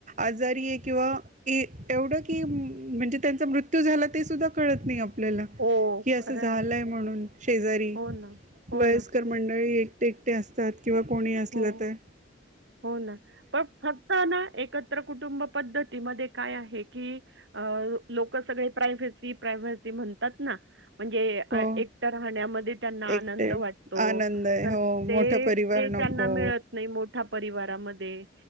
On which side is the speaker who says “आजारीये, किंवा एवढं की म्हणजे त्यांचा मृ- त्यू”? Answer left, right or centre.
Right